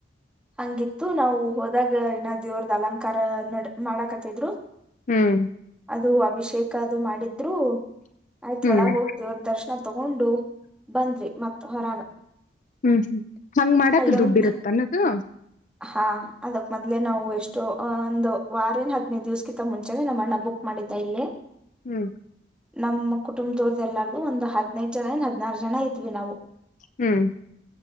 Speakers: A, in the centre; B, on the left.
A: ಹಂಗಿತ್ತು ನಾವು ಹೋದಾಗ ಇನ್ನ ದೇವ್ರದ ಅಲಂಕಾರ ನ ಮಾಡಕತ್ತಿದ್ರು.
B: ಹ್ಮ್
A: ಅದು ಅಭಿಷೇಕ ಅದು ಮಾಡಿದ್ರು. ಆಯ್ತ
B: ಹ್ಮ್
A: ಒಳಗ ಹೋಗಿ ದೇವ್ರ ದರ್ಶನ ತಗೊಂಡು ಬಂದ್ವಿ ಮತ್ ಹೊರಗ.
B: ಹ್ಮ್ ಹ್ಮ್ ಹಂಗ್ ಮಾಡಾಕ್
A: ಅಲ್ಲೊಂದ್
B: ದುಡ್ಡು ಇರುತ್ತ ಎನ್ ಅನ್ನದು.
A: ಹಾ ಅದಕ್ ಮದ್ಲೆ ನಾವು ಎಷ್ಟೋ ಒಂದು ವಾರ ಏನ್ ಹದ್ನೈದು ದಿವ್ಸಕಿಂತ ಮುಂಚೆ ನಮ್ಮ ಅಣ್ಣ ಬುಕ್. ಮಾಡಿದ್ದಾ ಇಲ್ಲೇ.
B: ಹ್ಮ್
A: ನಮ್ಮ ಕುಟುಂಬದವ್ರ್ದ ಎಲ್ಲಾರ್ದು ಒಂದು ಹೆಡ್ನೈಡು ಜನ ಏನ ಹದ್ನಾರು ಜನ ಇದ್ವಿ ನಾವು.
B: ಹ್ಮ್